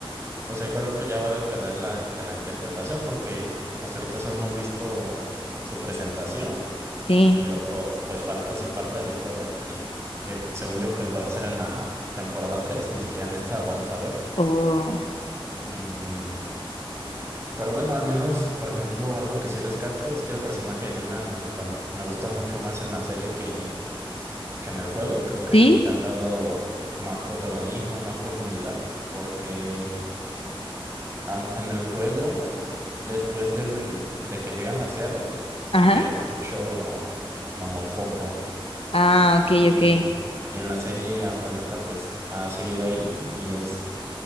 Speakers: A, on the right; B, on the left.
A: O sea, igual pues ya va a depender la, de la interpretación, porque hasta ahorita solo hemos visto su presentación
B: Sí,
A: y luego pues falta su parte de la historia que, que según yo pues va a ser en la temporada tres ni siquiera en esta <laughs> vamos a ver.
B: o
A: Y, pero bueno, al menos, por ejemplo, algo que sí rescato es que el personaje de Dina me gusta, mu- me gusta mucho más en la serie que, que en el juego. Creo que
B: ¿Sí?
A: le han dado más protagonismo y más profundidad, porque... an- en el juego, después del, de que llegan a Seattle,
B: Ajá.
A: pierde mucho como foco.
B: Ah, ok,
A: Y,
B: ok.
A: y en la serie hasta ahorita, pues ha seguido ahí y es,